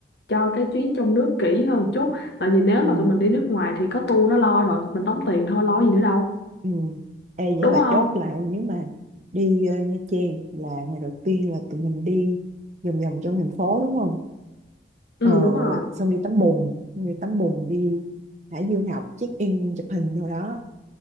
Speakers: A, on the left; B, on the right.
A: cho cái chuyến trong nước kỹ hơn chút tại vì nếu
B: Ừ.
A: mà tụi mình đi nước ngoài thì có tour nó lo rồi mình đóng tiền thôi lo gì nữa đâu
B: Ừ. Ê, vậy
A: đúng
B: là
A: không
B: chốt lại nếu mà đi ờ, Nha Trang là ngày đầu tiên là tụi mình đi vòng vòng trong thành phố đúng không
A: ừ
B: ờ,
A: đúng rồi
B: xong đi tắm bùn xong đi tắm bùn đi Hải Dương học check in chụp hình rồi đó